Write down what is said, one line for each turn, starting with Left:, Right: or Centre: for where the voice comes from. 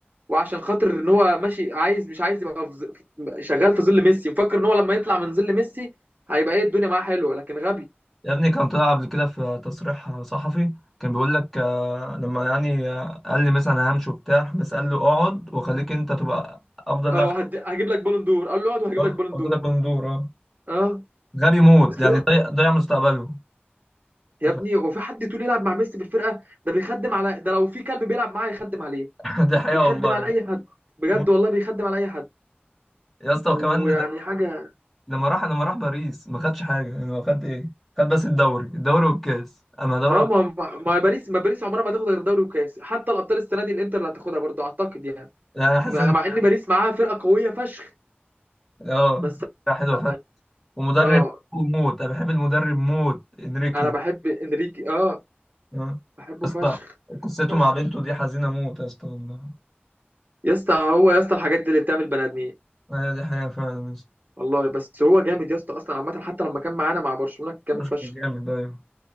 Right: وعشان خاطر ان هو ماشي عايز مش عايز يبقى في ظ- شغال في ظل ميسي مفكر ان هو لما يطلع من ظل ميسي هيبقى ايه الدنيا معاه حلوه لكن غبي
Centre: يا ابني كان طلع قبل كده في تصريح صحفي كان بيقول لك آه، لما يعني آه، قال لي مثلا أنا همشي وبتاع بس قال له اقعد وخليك انت تبقى افضل
Right: اه
Centre: لاعب في
Right: هد- هجيب لك بالون دور قال له اقعد وهجيب
Centre: الكورة
Right: لك بالون
Centre: واجيب
Right: دور
Centre: لك بندور اه
Right: اه
Centre: غبي موت
Right: بس
Centre: يعني
Right: هو
Centre: ضيع ضيع مستقبله
Right: يا
Centre: أنت
Right: ابني هو في حد تقول يلعب مع ميسي في الفرقه ده بيخدم على ده لو في كلب بيلعب معاه يخدم عليه
Centre: فاهم؟ <laughs> دي حقيقة
Right: بيخدم
Centre: والله
Right: على اي حد بجد
Centre: موت.
Right: والله بيخدم على اي حد
Centre: يا اسطى
Right: ويعني
Centre: وكمان ل-
Right: حاجه
Centre: لما راح لما راح باريس ما خدش حاجة يعني هو خد ايه خد بس الدوري الدوري والكاس اما دوري
Right: اه
Centre: أبطال-
Right: ما ما ما باريس ما باريس عمرها ما تاخد غير دوري وكاس حتى الابطال السنه دي الانتر اللي هتاخدها برضه اعتقد يعني
Centre: يعني أنا حاسس
Right: مع
Centre: ان
Right: مع ان باريس معاها فرقه قويه فشخ
Centre: اه
Right: بس
Centre: حلوه
Right: لا
Centre: فشخ ومدرب
Right: اه
Centre: موت انا بحب المدرب موت انريكي
Right: انا بحب انريكي اه
Centre: آه. يا
Right: بحبه
Centre: اسطى
Right: فشخ
Centre: قصته
Right: فشخ
Centre: مع بنته دي حزينة موت يا اسطى والله
Right: يا اسطى هو يا اسطى الحاجات دي اللي بتعمل بني ادمين
Centre: ايوه دي حقيقة فعلا يا اسطى
Right: والله بس هو جامد يا اسطى اصلا عامه حتى لما كان معانا مع برشلونه كان جامد
Centre: مش
Right: فشخ
Centre: جامد ايوه